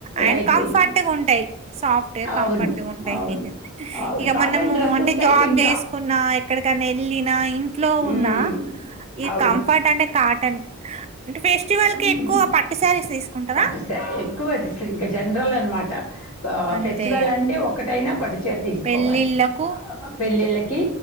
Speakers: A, on the right; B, on the left.
A: అండ్
B: లైట్
A: కంఫర్ట్
B: వెయిట్
A: గా ఉంటాయి సాఫ్ట్ గా కంఫర్ట్
B: అవును
A: ఉంటాయి
B: అవును అవును
A: ఇగ
B: కాటన్
A: మనము
B: డ్రెస్సెస్
A: అంటే జాబ్
B: అయితే ఇంకా
A: చేసుకున్నా ఎక్కడ్క ఎటన్నేల్లిన ఇంట్లో ఉన్న
B: మ్మ్
A: ఇగ
B: అవును
A: కంఫట్ అంటే కాటన్ ఫెస్టివల్‌కి
B: ఉహ్
A: ఎక్కువ పట్టు శారీస్ తీసుకుంటారా?
B: పట్టు సారీ ఎక్కువది ఇంకా జనరల్ అన్మాట ఆ
A: అంతే
B: ఫెస్టివల్
A: ఇగ
B: అంటే ఒకటైనా పట్టుచీర తీసుకోవాలి
A: పెళ్ళిళ్ళకు
B: ఆ పెళ్ళిళ్ళకి